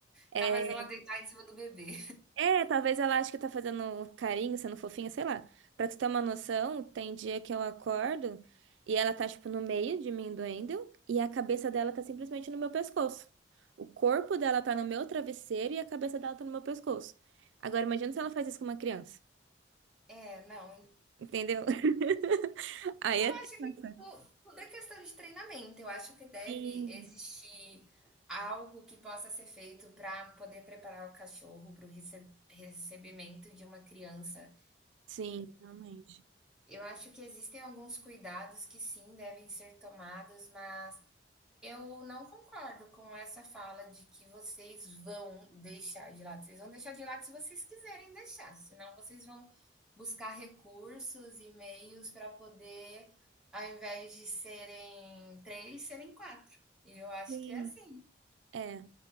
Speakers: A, on the right (about 80°); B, in the centre.
A: é,
B: capaz ela deitar em cima do bebê.
A: é, talvez ela ache que tá fazendo carinho, sendo fofinha, sei lá. Pra tu ter uma noção, tem dia que eu acordo e ela tá, tipo, no meio de mim, do Wendel, e a cabeça dela tá simplesmente no meu pescoço. O corpo dela tá no meu travesseiro e a cabeça dela tá no meu pescoço. Agora, imagina se
B: <laughs>
A: ela faz isso com uma criança.
B: É, não,
A: Entendeu? <laughs> Aí é.
B: acho
A: Nossa.
B: que tudo, tudo é questão de treinamento. Eu acho que deve
A: Sim,
B: existir algo que possa ser feito para poder preparar o cachorro para o recebimento de uma criança.
A: sim, Realmente.
B: Eu acho que existem alguns cuidados que sim devem ser tomados, mas eu não concordo com essa fala de que vocês vão deixar de lado. Vocês vão deixar de lado se vocês quiserem deixar, senão vocês vão buscar recursos e meios para poder, ao invés de serem três, serem quatro. E eu acho
A: sim.
B: que é assim.
A: É.